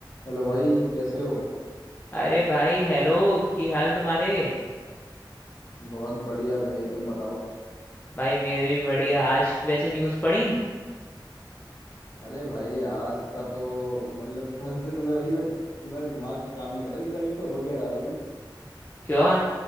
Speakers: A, on the left (about 50°); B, on the left (about 20°).
A: Hello भाई कैसे हो
B: अरे भाई हेलो की हाल तुम्हारे
A: बहुत बढ़िया भाई तुम बताओ
B: भाई मेरे भी बढ़िया आज वैसे न्यूज़ पढ़ी
A: अरे भाई आज का तो समझ लो कल से तुम्हें भाई मैं तुम्हारा दिमाग काम नहीं कर रहा कि कल से हो क्या रहा है भाई
B: क्यों